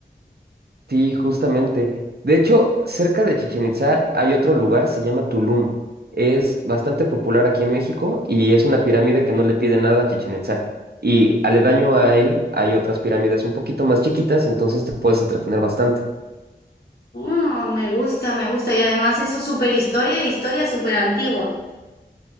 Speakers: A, on the right; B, on the left.
A: Sí, justamente. De hecho, cerca de Chichén Itzá hay otro lugar, se llama Tulum. Es bastante popular aquí en México y es una pirámide que no le pide nada a Chichén Itzá. Y aledaño a él hay otras pirámides un poquito más chiquitas, entonces te puedes entretener bastante.
B: Oh, me gusta, me gusta. Y además eso súper historia e historia súper antigua.